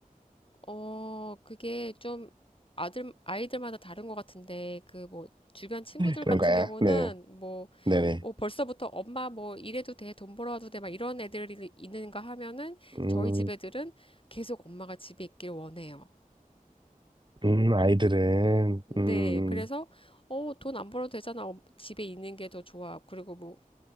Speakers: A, on the left (about 40°); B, on the right (about 35°).
A: 어, 그게 좀 아들, 아이들마다 다른 것 같은데, 그 뭐, 주변 친구들
B: 그런가요?
A: 같은 경우는
B: 네.
A: 뭐,
B: 네네.
A: 뭐 벌써부터 엄마 뭐 이래도 돼, 돈 벌어와도 돼, 막 이런 애들이 있는가 하면은
B: 음,
A: 저희 집 애들은 계속 엄마가 집에 있길 원해요.
B: 음, 아이들은,
A: 네,
B: 음,
A: 그래서
B: 음,
A: 어, 돈 안 벌어도 되잖아. 어, 집에 있는 게 더 좋아. 그리고 뭐